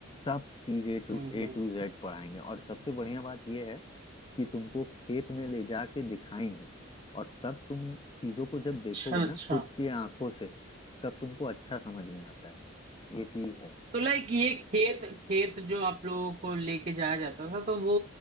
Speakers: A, on the left (about 25°); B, on the right (about 40°).
A: सब चीजें टू
B: हम्म
A: ए
B: हम्म।
A: टू जेड पढ़ाएंगे और सबसे बढ़िया बात यह है कि तुमको खेत में ले जाके दिखाएंगे और तब तुम चीजों को जब
B: अच्छा
A: देखोगे ना
B: अच्छा
A: खुद की आंखों से तब तुमको अच्छा समझ में आता है ये चीज है
B: तो लाइक ये खेत खेत जो आप लोगों को लेके जाया जाता था तो वो